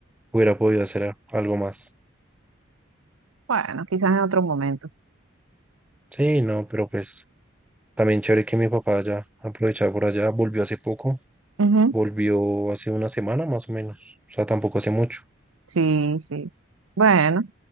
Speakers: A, in the centre; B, on the right (about 85°).
A: hubiera podido hacer a- algo más.
B: Bueno, quizás en otro momento.
A: Sí, no, pero pues... También chévere que mi papá ya aprovechaba por allá, volvió hace poco,
B: Ujú,
A: volvió hace una semana más o menos, o sea, tampoco hace mucho.
B: Sí, sí. Bueno,